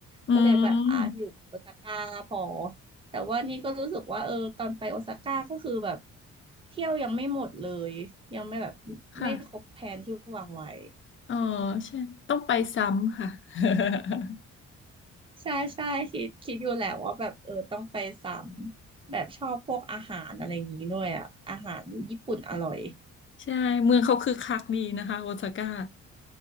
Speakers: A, on the left; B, on the right.
A: อื
B: ก็เลยแบบอ่ะอยู่โอซาก้าพอ
A: ม
B: แต่ว่านี่ก็รู้สึกว่าเออตอนไปโอซาก้าก็คือแบบเที่ยวยังไม่หมดเลย ยังไม่แบบไม่ครบแผนที่วางไว้
A: ค่ะเออใช่ต้องไปซ้ำค่ะ <laughs>
B: ใช่ใช่คิดคิดอยู่แหละว่าแบบเออต้องไปซ้ำแบบชอบพวกอาหารอะไรอย่างนี้ด้วยอ่ะอาหารญี่ปุ่นอร่อย
A: ใช่เมืองเขาคึกคักดีนะคะโอซาก้า